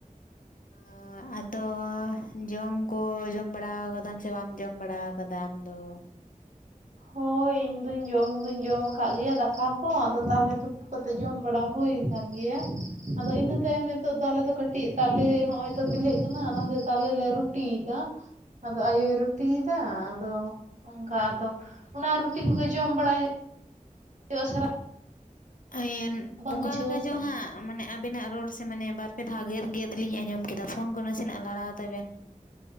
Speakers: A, on the left; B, on the right.
A: <unintelligible> ᱟᱫᱚ ᱡᱚᱢ ᱠᱚ ᱡᱚᱢ ᱵᱟᱲᱟ ᱟᱠᱟᱫᱟᱢ ᱥᱮ, ᱵᱟᱢ ᱡᱚᱢ ᱵᱟᱲᱟ ᱟᱠᱟᱫᱟ ᱟᱢ ᱫᱚ?
B: ᱦᱳᱭ ᱤᱧᱫᱚᱧ ᱡᱚᱢ ᱫᱩᱧ ᱡᱚᱢ ᱟᱠᱟᱜ ᱜᱮᱭᱟ ᱫᱟᱠᱟ ᱠᱚ, ᱟᱫᱚ ᱛᱟᱦᱚᱞᱮ ᱛᱩᱯᱩ ᱠᱟᱛᱮᱫ ᱡᱚᱢ ᱵᱟᱲᱟ ᱦᱩᱭ ᱠᱟᱱ ᱜᱮᱭᱟ, ᱟᱫᱚ ᱤᱱᱟᱹ ᱛᱟᱭᱚᱢ ᱱᱤᱛᱚᱜ ᱫᱚ ᱟᱞᱮ ᱫᱚ ᱠᱟᱹᱴᱤᱡ ᱛᱟᱞᱮ ᱦᱚᱸᱜᱼᱚᱭ ᱛᱚ ᱵᱤᱞᱤᱜ ᱠᱟᱱᱟ, ᱚᱱᱟᱛᱮ ᱛᱟᱞᱮ ᱞᱮ ᱨᱩ ᱨᱩᱴᱤᱭ ᱫᱟ ᱟᱫᱚ ᱟᱭᱳᱭ ᱨᱩᱴᱤᱭᱮᱫᱟ, ᱟᱫᱚ ᱚᱱᱠᱟ ᱟᱫᱚ ᱚᱱᱟ ᱨᱩᱴᱤ ᱠᱚᱜᱮ ᱡᱚᱢ ᱵᱟᱲᱟᱭ ᱦᱩᱭᱩᱜ ᱦᱩᱭᱩ ᱟ ᱥᱟᱨᱟ
A: ᱟᱤᱱ ᱚᱠᱟ
B: ᱵᱩᱡᱷᱟᱹᱣᱟ
A: ᱞᱮᱠᱟ ᱪᱚᱝ
B: ᱥᱮ
A: ᱦᱟᱜ ᱢᱟᱱᱮ ᱟᱵᱮᱱᱟᱜ ᱨᱚᱲ ᱥᱮ ᱢᱟᱱᱮ, ᱵᱟᱨ ᱯᱮ ᱫᱷᱟᱣ ᱜᱮᱫ ᱜᱮᱫ ᱞᱤᱧ ᱟᱸᱡᱟᱢ ᱠᱮᱫᱟ, ᱯᱷᱳᱱ ᱠᱚ ᱱᱟᱥᱮᱱᱟᱜ ᱞᱟᱲᱟᱣ ᱛᱟᱵᱮᱱ᱾